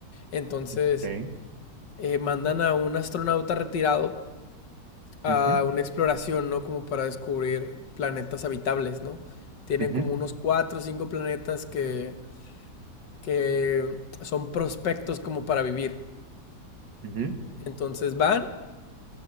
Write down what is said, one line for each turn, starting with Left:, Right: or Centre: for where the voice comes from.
Left: Entonces,
Right: Okay.
Left: eh, mandan a un astronauta retirado a
Right: Ujú,
Left: una exploración, ¿no? Como para descubrir planetas habitables, ¿no? Tienen
Right: ujú,
Left: como unos cuatro o cinco planetas que, que son prospectos como para vivir.
Right: ujú,
Left: Entonces van,